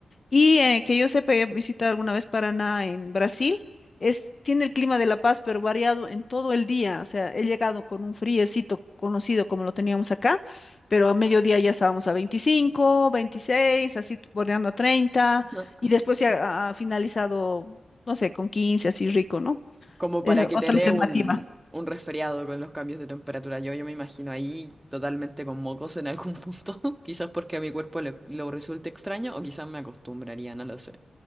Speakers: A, on the left; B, on the right.
A: y eh, que yo sepa, he visitado alguna vez Paraná en Brasil. Es, tiene el clima de La Paz, pero variado en todo el día. O sea, he llegado con un friecito conocido como lo teníamos acá, pero a mediodía ya estábamos a 25, 26, así t- bordeando a 30,
B: Ujú.
A: y después se ha, ha finalizado, no sé, con 15, así rico, ¿no?
B: Como para
A: Es
B: que
A: otra
B: te dé
A: alternativa.
B: un, un resfriado con los cambios de temperatura. Yo, yo me imagino ahí totalmente con mocos en algún <laughs> punto. Quizás porque a mi cuerpo le- lo resulte extraño o quizás me acostumbraría, no lo sé.